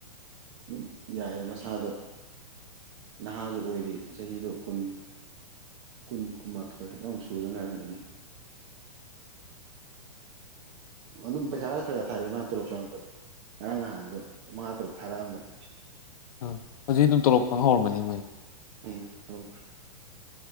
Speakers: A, on the right (about 45°); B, on the left (about 70°).
A: ꯑꯗꯨꯝ ꯌꯥꯏꯑꯕ ꯃꯁꯥꯗꯣ ꯅꯍꯥꯖ ꯑꯣꯏꯔꯤ ꯆꯍꯤꯗꯣ ꯀꯨꯟ ꯀꯨꯟ ꯀꯨꯟꯃꯥꯊꯣꯏ ꯂꯧ ꯁꯗꯒ ꯉꯥꯏꯔꯝꯒꯅꯤ ꯑꯗꯨꯝ ꯄꯩꯁꯥ ꯈ ꯊꯥꯔꯦ ꯃꯥ ꯇꯣꯂꯣꯞ ꯆꯪꯉꯛꯄꯗ ꯉꯔꯥꯡ ꯅꯍꯥꯟꯁꯨ ꯃꯉꯥ ꯇꯔꯨꯛ ꯊꯥꯔꯛꯑꯝꯕꯅꯤ
B: ꯑ ꯍꯧ ꯑꯗꯨꯝ ꯇꯣꯂꯣꯞꯄꯪ ꯍꯧꯔꯝꯃꯅꯤ ꯃꯣꯏꯗꯤ
A: ꯑ ꯍꯧ <unintelligible> <inaudible>